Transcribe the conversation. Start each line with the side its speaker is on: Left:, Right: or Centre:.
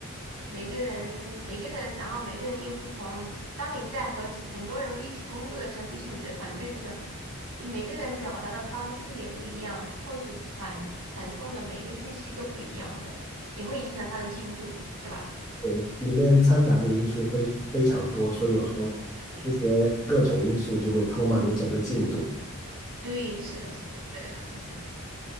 Right: 每个人每个人，然后每个人又不同。当你在和其很多人一起工作的时候，就是你的团队的时候，你每个人表达的方式也不一样，或许传传送的每个信息都不一样的，也会影响他的进度，是吧？
Left: 对里面掺杂的因素非非常多，所以有时候
Right: 对，
Left: 这些各种因素就会拖慢你整个进度。
Right: 对，是的，是的，这个倒是真的。